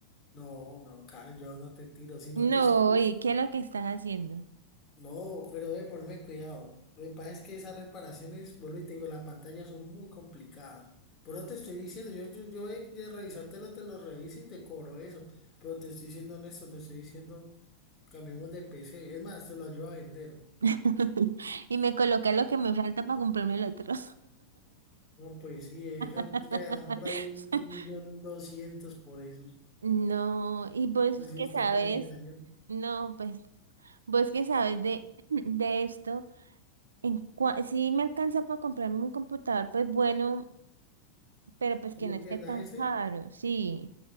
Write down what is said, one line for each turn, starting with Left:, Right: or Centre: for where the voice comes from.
Left: No, no, Karen, yo no te tiro, sino
Right: No,
Left: que es que,
Right: ¿y qué es lo que estás haciendo?
Left: no, pero debe ponerme cuidado. Lo que pasa es que esas reparaciones, vuelvo y te digo, las pantallas son muy complicadas. Por eso te estoy diciendo, yo, yo, yo de, de revisártelo, te lo reviso y te cobro eso. Pero te estoy diciendo honesto, te estoy diciendo, cambiemos de PC. Es más, te lo ayudo a vender.
Right: <laughs> Y me colocas lo que me falta para comprarme el otro.
Left: No, pues sí, eso
Right: <laughs>
Left: te darán por ahí un un millón doscientos por eso.
Right: No, y vos
Left: Pues si
Right: que
Left: está
Right: sabes,
Left: con ese daño.
Right: no, pues vos que sabes de, <clears throat> de esto, en cua- sí me alcanza para comprarme un computador, pues bueno, pero pues
Left: ¿Por
Right: que
Left: lo
Right: no esté
Left: que da
Right: tan
Left: ese?
Right: caro, sí.